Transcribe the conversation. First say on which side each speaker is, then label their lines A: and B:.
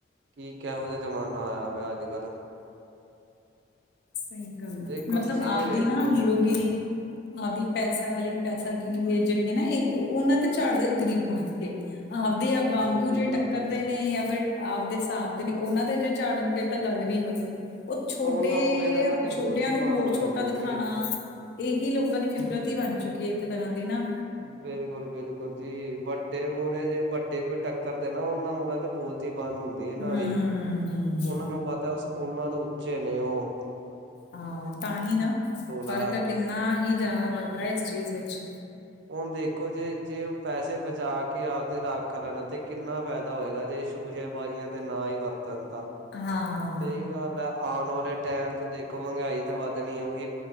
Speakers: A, on the right; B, on the left.
A: ਕਿ ਕੈਹੋ ਜਿਆ ਜਮਾਨਾ ਆਇਆ ਪਿਆ ਅੱਜ-ਕੱਲ।
B: ਸਈ ਗੱਲ ਆ
A: ਦੇਖੋ
B: ਮਤਲਬ
A: ਤੁਸੀਂ
B: ਆਵਦੀ
A: ਇਹ ਵੇਖੋ
B: ਨਾ ਹੀਰੋਗਿਰੀ ਆਪਦੀ ਪੈਸਾ ਵਾਲੀ ਪੈਸਾਗਿਰੀ ਏ ਜੇਹੜੀ ਏ ਨਾ ਏਹ ਓਹਨਾਂ ਤੇ ਝਾੜਦੇ ਨ ਗ਼ਰੀਬਾਂ ਤੇ। ਆਪ ਦੀਏ ਵਾਂਗੂ
A: ਬਿਲਕੁਲ
B: ਜੇ
A: ਜੀ
B: ਟੱਕਰ ਦੇ ਨੇ ਜਾਂ ਫੇਰ ਆਪਦੇ ਹਿਸਾਬ ਦੇ ਨੇ ਓਹਨਾਂ ਦੇ ਜੇ ਝਾੜਨ ਫੇਰ ਤਾਂ ਗੱਲ ਵੀ ਹੋਏ ਓਹ ਛੋਟੇ
A: ਉਹਨਾਂ ਮੂਹਰੇ ਤਾਂ ਇਹਨਾਂ ਦੀ
B: ਛੋਟਿਆਂ
A: ਬੋਲਤੀ
B: ਨੂੰ
A: ਬੰਦ
B: ਹੋਰ
A: ਹੋ
B: ਛੋਟਾ
A: ਜਾਂਦੀ
B: ਦਿਖਾਣਾ
A: ਜੀ
B: ਏਹੀ ਲੋਕਾਂ ਦੀ ਫਿਦਰਤ ਹੀ ਬਣ ਚੁੱਕੀ ਐ ਇੱਕ ਤਰ੍ਹਾਂ ਦੀ ਨਾ।
A: ਬਿਲਕੁਲ-ਬਿਲਕੁਲ ਜੀ, ਵੱਡੇ ਮੂਹਰੇ ਜੇ ਵੱਡੇ ਕੋਈ ਟੱਕਰ ਦੇ ਨਾ ਓਹਨਾਂ ਮੂਹਰੇ ਤੇ ਬੋਲਤੀ ਬੰਦ ਹੁੰਦ ਦੀ ਓਹਨਾਂ
B: ਹਮ
A: ਦੀ ਓਹਨਾਂ ਨੂੰ ਪਤੈ ਉਸ ਓਹਨਾਂ ਤੋਂ ਉੱਚੇ ਨੇ ਓਹ।
B: ਹਾਂ ਤਾਂ ਹੀ ਨਾ ਫਰਕ
A: ਹੈ
B: ਕਿੰਨਾ ਹੀ ਜਿਆਦਾ ਫ਼ਰਕ ਐ ਇਸ ਚੀਜ ਵਿੱਚ।
A: ਹੁਨ ਦੇਖੋ ਜੇ ਜੇ ਓਹ ਪੈਸੇ ਬਚਾ ਕੇ ਆਪਦੇ ਰੱਖ ਲੈਨ ਤੇ ਕਿੰਨਾ ਫੈਦਾ ਹੋਏਗਾ ਜੇ ਸ਼ੂਸ਼ ਬਾਜ਼ੀਆਂ ਤੇ ਨਾ ਈ ਵਰਤਨ ਤਾਂ
B: ਹਾਂ
A: ਸਈ ਗੱਲ ਐ ਆਨ ਵਾਲੇ ਟੈਮ ਚ ਦੇਖੋ ਮਹਿੰਗਾਈ ਤਾਂ ਵੱਧਣੀ ਓਹੀ